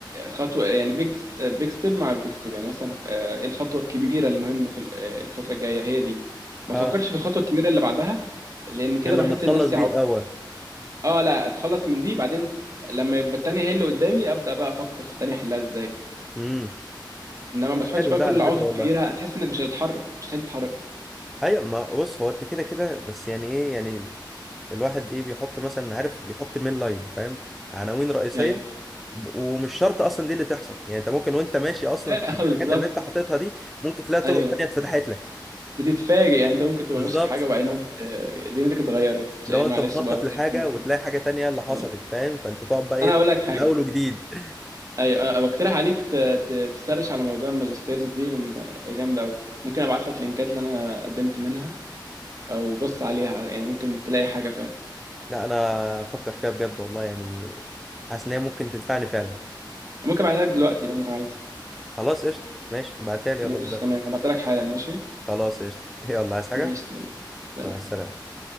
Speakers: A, on the right (about 45°); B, in the centre.
A: خطوه يعني بيج بيج ستيب مع بيج ستيب يعني مثلا آه ايه الخطوه الكبيره المهمه في ال- آه، الفتره الجايه هي دي ما
B: اه
A: فكرش في الخطوه الكبيره اللي بعدها لان كده
B: غير لما
A: بحط
B: تخلص
A: لنفسي
B: دي
A: عوائق
B: الاول
A: اه لا اتخلص من دي بعدين لما يبقى التانية هي اللي قدامي ابدا بقى افكر في التانية احلها ازاي
B: امم
A: انما ما تحطش
B: حلو
A: بقى
B: ده
A: كل
B: على
A: العوائق
B: فكره
A: الكبيره
B: والله
A: هتحس انك مش هتتحرك مستحيل تتحرك
B: ايوه ما بص هو انت كده كده بس يعني ايه يعني الواحد ايه بيحط مثلا عارف بيحط مين لاين فاهم عناوين رئيسيه
A: ايوه
B: ومش شرط اصلا دي اللي تحصل يعني انت ممكن وانت ماشي اصلا
A: <laughs>
B: في
A: آه،
B: الحاجات
A: بالظبط
B: اللي انت حاططها دي ممكن تلاقي طرق
A: ايوه
B: تانية اتفتحت لك
A: بتتفاجئ يعني انت ممكن تبقى
B: بالظبط
A: ماشي في حاجه وبعدين هوب آه، دنيتك اتغيرت شيء-
B: لو
A: معلش
B: انت مخطط
A: بقى غير
B: لحاجة
A: كل
B: وتلاقي
A: شيء.
B: حاجة تانية اللي حصلت
A: ايوه
B: فاهم فانت تقعد بقى ايه
A: انا هقول لك حاجه
B: من الاول وجديد
A: ايوه أنا بقترح عليك ت- ت- تسرش على موضوع الماجستيرز دي لان هي جامده قوي ممكن ابعت لك لينكات اللي انا قدمت منها او بص عليها يعني ممكن تلاقي حاجه فعلا
B: لا انا افكر فيها بجد والله يعني حاسس ان هي ممكن تنفعني فعلا
A: ممكن ابعتها لك دلوقتي لو انت عايز
B: خلاص قشطة ماشي ابعتها لي
A: ماشي
B: يلا دلوقتي
A: تمام هبعتلك حالا ماشي
B: خلاص قشطة يلا عايز حاجة
A: ماشي سلام سلام.
B: مع السلامة